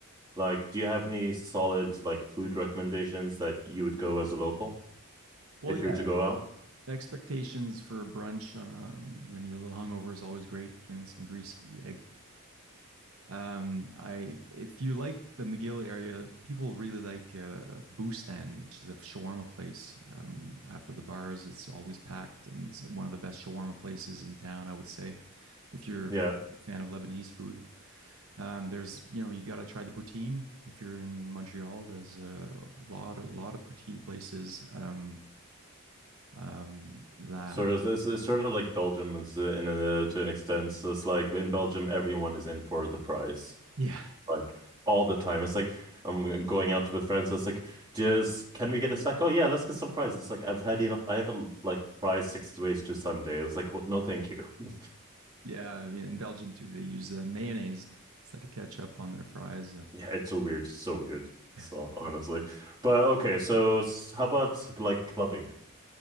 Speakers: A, on the right (about 20°); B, on the right (about 70°).
A: like do you have any solid like food recommendations that you would go as a local
B: Well,
A: if you
B: yeah,
A: were to go out
B: expectations for brunch on a, when you're a little hungover is always great. Getting some greasy eggs, Um, I if you like the McGill area, people really like uh, Bustan, which is a shawarma place. Um, after the bars, it's always packed, and it's one of the best shawarma places in town. I would say if you're a
A: yeah
B: fan of Lebanese food, um, there's you know you got to try the poutine. If you're in Montreal, there's a lot a lot of poutine places. Um, um, la
A: sort of it's, it's sort of like Belgium is uh, in a to an extent so it's like in Belgium everyone is in for the fries
B: yeah
A: like all the time. It's like I'm going out with friends. It's like, just can we get a snack? Oh yeah, let's get some fries. It's like I've had enough. I have a, like fries six ways to Sunday. It's like what? No, thank you. <laughs>
B: <laughs> yeah. I mean in Belgium too, they use uh, mayonnaise instead of ketchup on their fries.
A: Yeah, it's so weird, so weird.
B: Uh,
A: So honestly, but okay. So s- how about like clubbing?